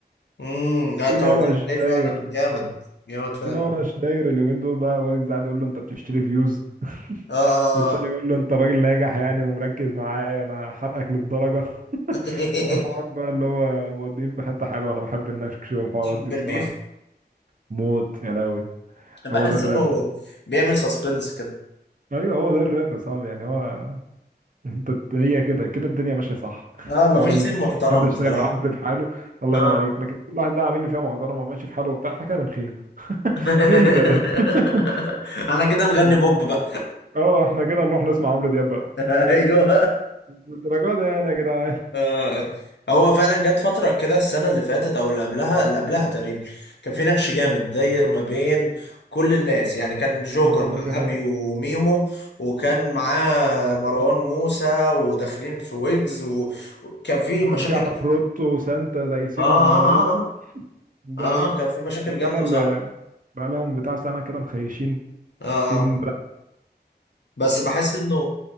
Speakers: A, on the left (about 85°); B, on the right (about 50°).
A: امم لا
B: في
A: انت
B: نوش
A: قلت لي
B: داير
A: فعلا جامد جامد فعلا
B: في نوش داير اليومين دول بقى ويجز قاعد يقول له انت بتشتري فيوز <laughs>
A: اه آه،
B: والتاني
A: آه.
B: يقول له انت راجل ناجح يعني ومركز معايا انا حرقك للدرجة
A: <laughs>
B: وحوار بقى اللي هو مودين في حتة حلوة أنا بحب النكش والحوارات
A: تحب
B: دي بصراحة
A: البيف
B: موت يا لهوي
A: بحس
B: هو ده الراب
A: انه
B: أصلا
A: بيعمل سسبنس كده
B: أيوه هو ده الراب يا صاحبي يعني هو أنت هي كده كده الدنيا ماشية صح
A: اه مفيش
B: حوار النكش
A: سين محترم
B: محدش
A: بصراحة
B: سايب حد في حاله الله
A: اه
B: ينعم عليك لكن كل واحد بقى عامل لي فيها محترمة وماشي في حاله وبتاع إحنا كده بنخيب
A: <laughs>
B: دي قلة أدب <laughs>
A: انا كده نغني
B: لكن
A: بوب بقى
B: أه إحنا كده نروح نسمع عمرو دياب بقى
A: <laughs> ايوه
B: مش للدرجة دي يعني يا جدعان
A: آه، هو فعلا جت فترة كده السنة اللي فاتت أو اللي قبلها اللي قبلها تقريبا كان في نقش جامد داير ما بين كل الناس يعني كان جوكر
B: أه
A: مع
B: دي حقيقة
A: أبي وميمو وكان معاه مروان موسى وداخلين في ويجز و- وكان في مشاكل
B: كان في
A: كتير
B: عفروتو وسانتا دايسين
A: آه آه
B: على الموضوع ده
A: آه آه
B: هي
A: آه، كان في مشاكل
B: بس السنة
A: جامدة
B: اللي
A: وصح
B: بقى لهم بتاع سنة كده مخيشين
A: آه
B: سين
A: آه
B: رف
A: بس بحس انه